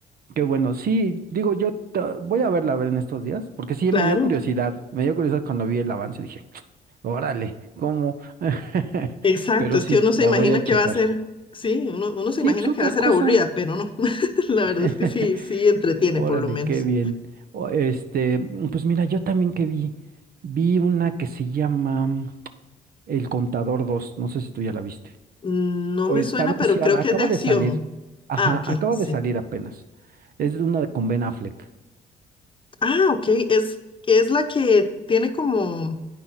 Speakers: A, on the right (about 60°); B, on the left (about 30°).
A: qué bueno. Sí, digo, yo ta- voy a verla a ver en estos días, porque sí
B: Claro.
A: me dio curiosidad. Me dio curiosidad cuando vi el avance, dije, órale, ¿cómo? <laughs>
B: Exacto,
A: Pero
B: es
A: sí,
B: que uno se
A: la
B: imagina
A: voy a
B: que
A: checar.
B: va a ser, sí, uno, uno se imagina
A: Sí, pues otra
B: que va a ser
A: cosa.
B: aburrida, pero no. <laughs> La
A: <laughs>
B: verdad es que sí, sí entretiene
A: Órale,
B: por lo menos.
A: qué bien. O- Este, mm, pues mira, yo también que vi, vi una que se llama El Contador dos no sé si tú ya la viste.
B: No
A: O
B: me
A: está
B: suena,
A: anunciada,
B: pero creo
A: acaba
B: que es de acción.
A: de salir. Ajá,
B: Ah, ok,
A: acaba
B: sí.
A: de salir apenas. Es de una de con Ben Affleck.
B: Ah, ok, es, es la que tiene como